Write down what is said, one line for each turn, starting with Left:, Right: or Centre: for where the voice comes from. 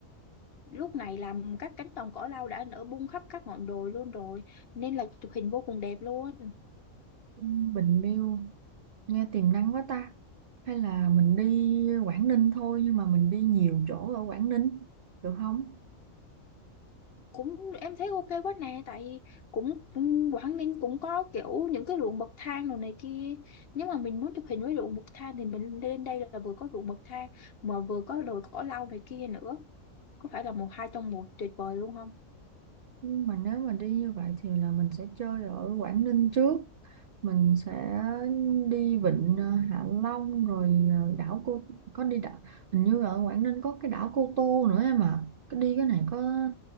Left: Lúc này là các cánh đồng cỏ lau đã nở bung khắp các ngọn đồi luôn rồi, nên là chụp hình vô cùng đẹp luôn.
Right: Ừ, Bình Liêu nghe tiềm năng quá ta. Hay là mình đi Quảng Ninh thôi nhưng mà mình đi nhiều chỗ ở Quảng Ninh được không?
Left: Cũng em thấy ok quá nè, tại cũng cũng Quảng Ninh cũng có kiểu những cái ruộng bậc thang đồ này kia. Nếu mà mình muốn chụp hình với ruộng bậc thang thì mình lên đây là vừa có ruộng bậc thang mà vừa có đồi cỏ lau này kia nữa. Có phải là một hai trong một tuyệt vời luôn không?
Right: Nhưng mà nếu mà đi như vậy thì là mình sẽ chơi ở Quảng Ninh trước. mình sẽ đi vịnh ờ, Hạ Long rồi ờ, đảo cô có đi đảo hình như ở Quảng Ninh có cái đảo Cô Tô nữa em à cái đi cái này có